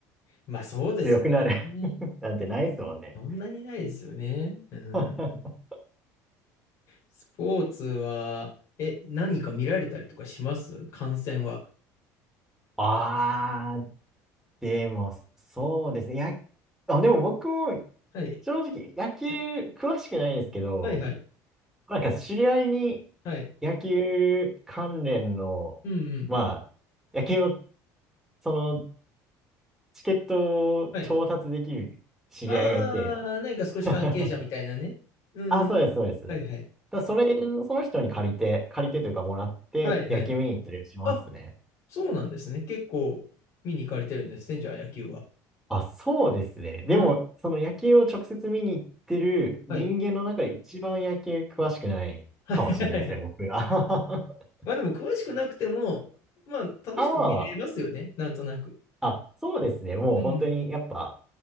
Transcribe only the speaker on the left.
まあそうですね。
そんなにないですよね。うん、
スポーツは、え、何か見られたりとかします観戦は。
はい。
はい、はいはい。
はい。
うんうん。
はい。ああ、何か少し関係者みたいなね。
うん。
はいはい。
はいはい。
あ、そうなんですね。結構見に行かれてるんですね、じゃあ野球は。
うん。
はい。はいはいはい
まあでも詳しくなくても、まあ楽しく見れますよね、
なんとなく。
うん。